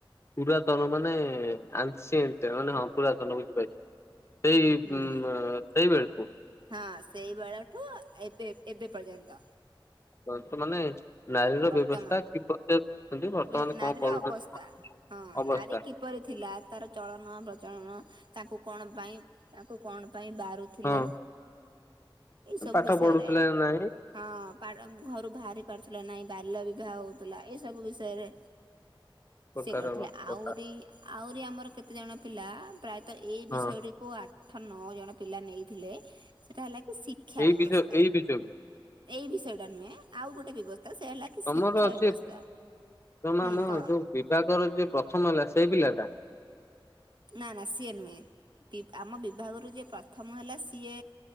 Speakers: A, on the left; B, on the right.
A: ପୁରାତନ ମାନେ ଆନସିଏଣ୍ଟ ମାନେ ହଁ ପୁରାତନ ବୁଝିପାରିଲି ସେଇ ସେଇ
B: ହୁଁ
A: ବେଳଠୁ
B: ହଁ ସେଇ ବେଳଠୁ ଏବେ ଏବେ ପର୍ଯ୍ୟନ୍ତ
A: ଵର୍ତ୍ତ ମାନେ ନାରୀ ର
B: ବର୍ତ୍ତମାନ
A: ବ୍ୟବସ୍ଥା କିପରି ଅଛନ୍ତି ବର୍ତ୍ତମାନ
B: ବେ ନାରୀର
A: କଣ କରୁଛନ୍ତି
B: ଅବସ୍ଥା ହଁ
A: ଅବସ୍ଥା
B: ନାରୀ କି କିପରି ଥିଲା ତାର ଚଳନ ପ୍ରଚଳନ ତାକୁ କଣ ପାଇଁ ତାକୁ କଣ ପାଇଁ ବାରୁଥିଲେ
A: ହଁ।
B: ଏଇ ସବୁ
A: ପାଠ
B: ବିଷୟରେ
A: ପଢୁଥିଲେ ନା ନାଇଁ
B: ହଁ ଘରୁ ବାହାରି ପାରୁଥିଲା ନାଇଁ ବାଲ୍ୟ ବିବାହ ହଉଥିଲା ଏ ସ ସବୁ ବିଷୟରେ
A: ପ୍ରକାର
B: ସିଏ କରିଥିଲେ
A: କଥା
B: ଆହୁରି ଆହୁରି ଆମର କେତେଜଣ ପିଲା ପ୍ରାୟତଃ ଏଇ
A: ହଁ
B: ବିଷୟଟି କୁ ଆଠ ନଅ ଜଣ ପିଲା ନେଇଥିଲେ ସେଇଟା ହେଲା କି ଶିକ୍ଷା
A: ଏଇ
B: ବ୍ୟବସ୍ଥା
A: ବିଷୟ ଏଇ ବିଷୟକୁ
B: ଏଇ ବିଷୟ ଟା ନୁହେଁ ଆଉ ଗୋଟେ ବ୍ୟବସ୍ଥା ସେ ହେଲା କି
A: ତମର
B: ଶିକ୍ଷା ବ୍ୟବସ୍ଥା
A: ଯେ ତମ
B: ହୁଁ
A: ଆମ
B: କହ
A: ଯୋଉ ବିଭାଗର ଯ ପ୍ରଥମ ହେଲା ସେଇ ପିଲା ଟା
B: ନା ନା ସିଏ ନୁହେଁ ଆମ ବିଭାଗରୁ ଯେ ପ୍ରଥମ ହେଲା ସିଏ